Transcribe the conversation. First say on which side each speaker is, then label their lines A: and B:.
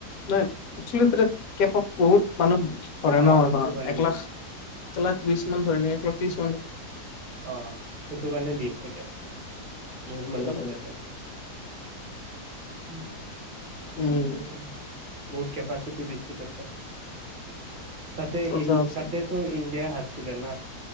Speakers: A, on the left; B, on the right.
A: নাই একেল কে বহুত মানুহ ধৰে
B: অ
A: ন
B: সেইটো
A: স
B: কাৰণে
A: এক লাখ
B: দি
A: লাখ।
B: আছে
A: এক লাখ বিশ এক লাখ ত্ৰিশ।
B: অ সেইটো কাৰণে দি আছে বহুত
A: সেইটো
B: মানুহ
A: মানে
B: ধৰে কাৰণে। উম। টেন
A: উম
B: চু। বহুত কেপাচিটি বিটতে। তাতে
A: আচ্ছা
B: ই
A: আচ্ছা
B: তাতেতটো ইণ্ডিয়া। আছিলে ন